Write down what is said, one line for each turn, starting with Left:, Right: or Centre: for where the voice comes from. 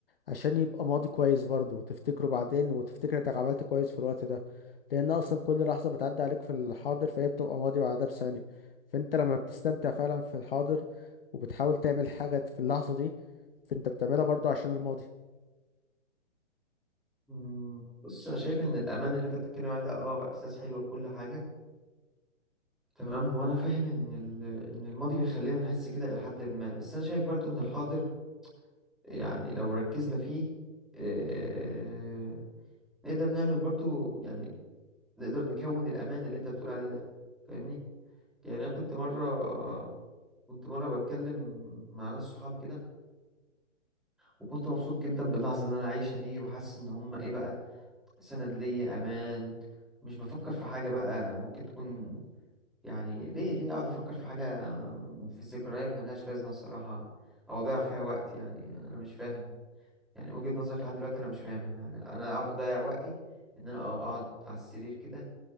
Left: عشان يبقى ماضي كويس برضه وتفتكره بعدين وتفتكر انك عملت كويس في الوقت ده لان اصلا كل لحظة بتعدي عليك في الحاضر فهي بتبقى ماضي بعدها بثانية فانت لما بتستمتع فعلا في الحاضر وبتحاول تعمل حاجة في اللحظة دي فانت بتعملها برضه عشان الماضي
Centre: أمم، بص انا شايف ان الامان اللي انت بتتكلم عليه ده اه احساس حلو وكل حاجة تمام وانا فاهم ان ال... ان الماضي بيخلينا نحس كده الى حد ما بس انا شايف برضو ان الحاضر يعني لو ركزنا فيه آه، نقدر نعمل برضو يعني نقدر نكون الأمان اللي أنت بتقول عليه ده فاهمني يعني أنا كنت مرة كنت مرة بتكلم مع ناس صحابي كده وكنت مبسوط جدا باللحظة اللي أنا عايشها دي وحاسس إن هما إيه بقى سند ليا أمان مش بفكر في حاجة بقى ممكن تكون يعني ليه ليه أقعد أفكر في حاجة في ذكريات ملهاش لازمة الصراحة أو أضيع فيها وقت يعني أنا مش فاهم يعني وجهة نظرك لحد دلوقتي أنا مش فاهمها يعني أنا أقعد أضيع وقتي إن أنا أقعد على السرير كده